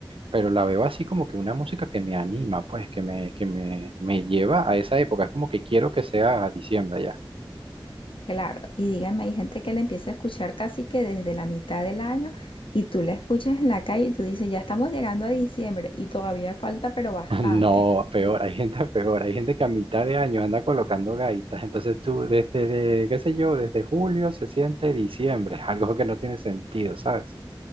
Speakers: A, on the right; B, on the left.
A: pero la veo así como que una música que me anima, pues, que me, que me, me lleva a esa época, es como que quiero que sea diciembre ya.
B: Claro, y dígame, hay gente que la empieza a escuchar casi que desde la mitad del año y tú la escuchas en la calle y tú dices, ya estamos llegando a diciembre y todavía falta, pero bastante.
A: <laughs> No, peor, hay gente <laughs> peor, hay gente que a mitad de año anda colocando gaitas, entonces tú desde, de- qué sé yo, desde julio se siente diciembre, <laughs> algo que no tiene sentido, ¿sabes?